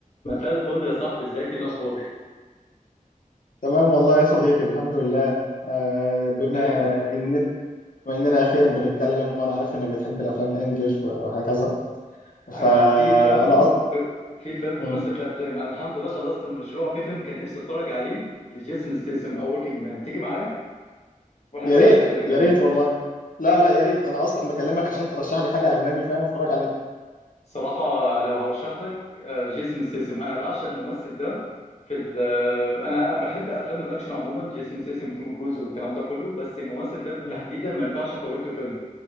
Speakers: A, on the left (about 50°); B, on the left (about 75°).
A: مساء الفل يا صاحبي ازيك ايه الاخبار
B: تمام والله يا صديقي الحمد لله آه، بما
A: دايما
B: ان بما اننا اخيرا بنتكلم وانا عارف انك بتحب الافلام الانجليش وهكذا فانا
A: انا في فيلم
B: أ...
A: ب... في فيلم بمناسبه
B: مم.
A: الافلام انا الحمد لله خلصت المشروع في فيلم كان نفسي اتفرج عليه لجيسون ستيسم او وركينج مان تيجي معايا ولا
B: يا
A: انت مالكش
B: ريت
A: في الاجنبي
B: يا ريت والله لا لا يا ريت انا اصلا بكلمك عشان ترشح لي حاجه اجنبي فاهم اتفرج عليها
A: صراحه لو هرشح لك آه، جيسون ستيسم انا بعشق الممثل ده في ال... آه، انا بحب افلام الاكشن عموما جيسون ستيسم توم كروز والكلام ده كله بس الممثل ده بالتحديدا
B: مم.
A: ما ينفعش افوت له فيلم